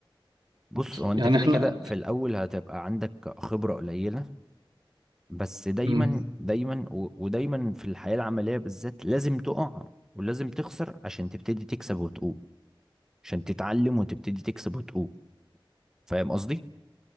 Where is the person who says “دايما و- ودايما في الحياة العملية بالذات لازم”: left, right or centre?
Centre